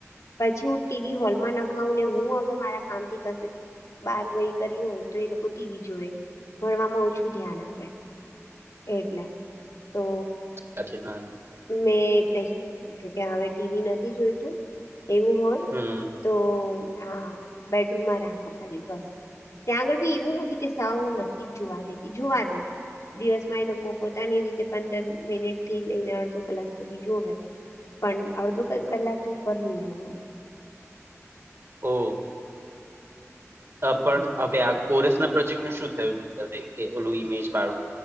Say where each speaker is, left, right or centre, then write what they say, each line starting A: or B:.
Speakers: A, on the left (about 85°); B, on the right (about 50°).
A: પછી હું ટીવી હોલમાં ના ખાવઉ ને હું અગર મારા કામ થી કશે બહાર ગઈ કરી હોય તો એ લોકો ટીવી જોવે ભણવામાં ઓછું ધ્યાન આપે એટલે તો
B: સાછી ના
A: મે એટલે હવે ટીવી નથી જોઈતું એવું હોય
B: હમ.
A: તો હા બેડરૂમમાં રાખો ખાલી બસ ત્યાં આગળ બી એવું નથી કે હ હું નથી જ જોવા દેતી જોુવા દઉં દિવસમાં એ લોકો પોતાની રીતે પંદર મિનિટ થી લઈને અડધો કલાક સુધી જોવે પણ અડધો કલાક થી ઉપર નહી જોવાનું
B: ઓ. પણ
A: હમ
B: હવે આ કોરસ ના પ્રોજેક્ટ નું શું થયું ઓલું ઈમેજ વાળું